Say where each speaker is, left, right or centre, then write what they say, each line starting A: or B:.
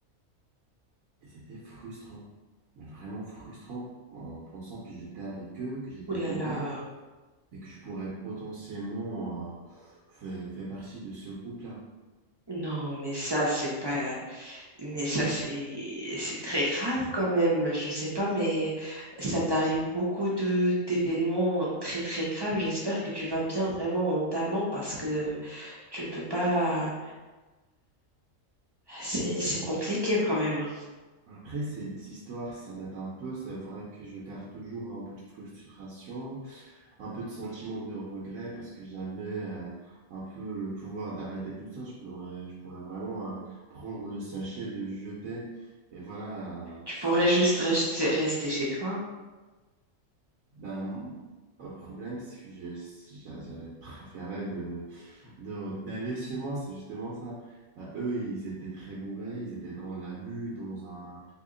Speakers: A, on the right (about 85°); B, on the right (about 35°).
A: Et c'était frustrant, mais vraiment frustrant en pensant que j'étais avec eux, que j'étais
B: Ouh là
A: bourré
B: là.
A: et que je pourrais potentiellement euh, faire, faire partie de ce groupe-là.
B: Non, mais ça, c'est pas. Mais ça, c'est c'est très grave quand même. Je sais pas, mais ça t'arrive beaucoup de d'événements très très graves. J'espère que tu vas bien vraiment mentalement parce que tu ne peux pas. C'est c'est compliqué quand même.
A: Après, cette histoire, ça date un peu. C'est vrai que je garde toujours un peu de frustration un peu de sentiment de regret parce que j'avais euh, un peu le pouvoir d'arrêter tout ça. Je pourrais, je pourrais vraiment euh, prendre le sachet, le jeter. Et voilà, euh,
B: Tu
A: c-
B: pourrais juste rester, rester chez toi.
A: ben, mon- le problème, c'est que j'ai- j'a- j'avais préféré de, de, d'aller chez moi. C'est justement ça. Ben, eux, ils étaient très bourrés, ils étaient dans l'abus, dans un,